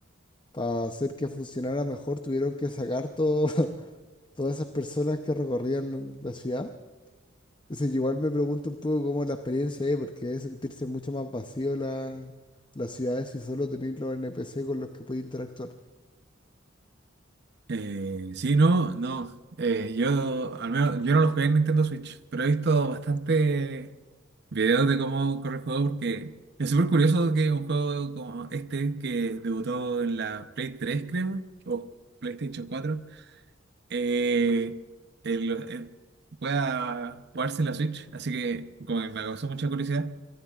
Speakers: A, on the left; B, on the right.
A: Para hacer que funcionara mejor, tuvieron que sacar todo- <laughs> todas esas personas que recorrían la ciudad. Entonces, igual me pregunto un poco cómo es la experiencia ahí, porque debe sentirse mucho más vacío la, las ciudades si solo tenéis los NPC con los que podéis interactuar.
B: Eh, sí, no, no. Eh, yo, al menos, yo no lo jugué en Nintendo Switch, pero he visto bastante videos de cómo corre el juego porque es súper curioso que un juego como este que debutó en la Play 3 creo, o PlayStation 4, eh, el- eh, pueda jugarse en la Switch. Así que como que me causó mucha curiosidad.